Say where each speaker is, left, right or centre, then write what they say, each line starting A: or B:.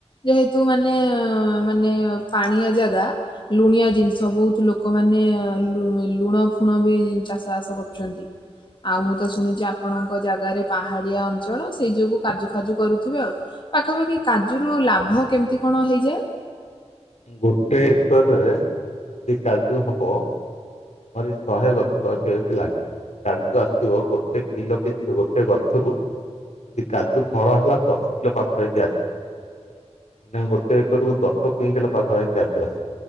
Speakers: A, on the left (about 45°); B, on the left (about 75°).
A: ଯେହେତୁ ମାନେ ମାନେ ପାଣିଆ ଜାଗା। ଲୁଣିଆ ଜିନିଷ ବହୁତୁ ଲୋକମାନେ ଆ ଲୁ-ଲୁଣ ଫୁଣ ବି ଚାଷ ବାସ କରୁଛନ୍ତି। ଆଉ ମୁଁ ତ ଶୁଣିଛି ଆପଣଙ୍କ ଜାଗାରେ ପାହାଡିଆ ଅଞ୍ଚଳ ସେଇ ଯୋଗୁ କାଜୁ ଫାଜୁ କରୁଥିବେ ଆଉ। ପାଖାପାଖି କାଜୁ ରୁ ଲାଭ କେମିତି କଣ ହେଇଯାଏ?
B: ଗୋଟେ ଏକରରେ ଯଦି କାଜୁ ହବ ଆହୁରି ଶହେ ଗଛ ସେଇଥିଲାଗି। କାଲି ତ ଆସିବ ଗୋଟେ କିଲୋ କେଜି ଗୋଟେ ଗଛକୁ ଯଦି କାଜୁ ଫଳ ହେଲା ଦଶ କିଲୋ ପାଖ ହେକି ଆସିବ। ମାନେ ଗୋଟେ ଏକର କୁ ଦଶ କୁଇଣ୍ଟାଲ ପାଖାପାଖି କାଜୁ ଆସେ।